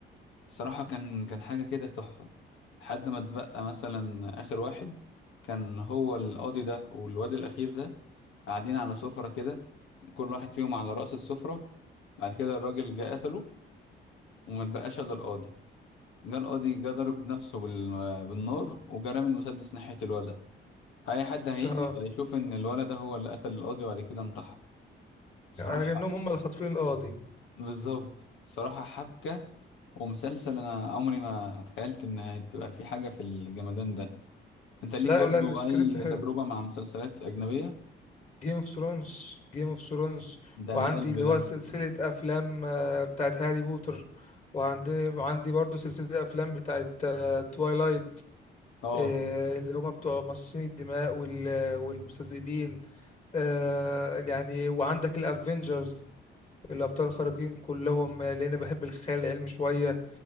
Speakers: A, on the left; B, on the left.
A: الصراحة كان كان حاجة كده تحفة لحد ما اتبقى مثلا آخر واحد كان هو القاضي ده والواد الأخير ده قاعدين على سفرة كده كل واحد فيهم على رأس السفرة بعد كده الراجل جه قتله وما اتبقاش إلا القاضي جه القاضي جه ضرب نفسه بال... بالنار وجه رامي المسدس ناحية الولد فأي حد هيجي
B: اه
A: فيشوف إن الولد ده هو اللي قتل القاضي وبعد كده انتحر بصراحة
B: يعني انهم هم اللي خاطفين القاضي
A: بالظبط بصراحة حبكة ومسلسل أنا عمري ما تخيلت إن هتبقى في حاجة في الجمدان ده أنت ليك
B: لا
A: برضو
B: لا السكريبت
A: أي
B: حلو
A: تجربة مع مسلسلات أجنبية؟
B: جيم اوف ثرونز جيم اوف ثرونز
A: ده
B: وعندي
A: القلب
B: اللي هو
A: ده
B: سلسلة أفلام آه، بتاعت هاري بوتر وعندي وعندي برضو سلسلة أفلام بتاعت توايلايت
A: اه
B: اللي هما بتوع مصاصين الدماء وال- والمستذئبين آه، يعني وعندك الأفينجرز الأبطال الخارقين كلهم آه، لأن بحب الخيال العلمي شوية